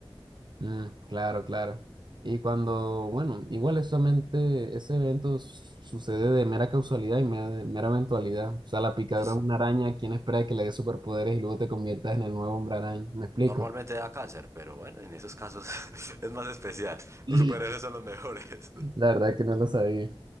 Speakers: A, on the right; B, on the right.
A: Mm, claro, claro. Y cuando, bueno, igual es solamente ese evento s- sucede de mera causalidad y mera, mera eventualidad. O sea, la picadura
B: As-
A: de una araña, ¿quién espera que le dé superpoderes y luego te conviertas en el nuevo hombre araña? ¿Me explico?
B: Normalmente da cáncer, pero bueno, en esos casos <laughs> es más especial.
A: La
B: Los superhéroes son los mejores.
A: verdad que no lo sabía.